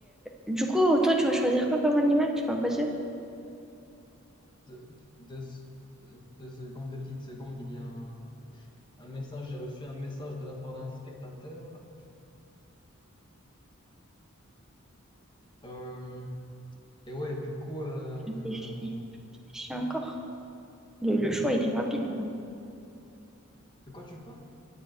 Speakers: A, in the centre; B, on the left.
A: Du coup, toi, tu vas choisir quoi comme animal? Tu m'as pas dit.
B: deux, deux, deux- deux secondes, deux petites secondes, il y a un. Un message, j'ai reçu un message de la part d'un spectateur. Euh, et ouais, du coup, euh,
A: Réfléchis, réfléchis encore. Le, le choix, il est rapide.
B: de quoi tu parles?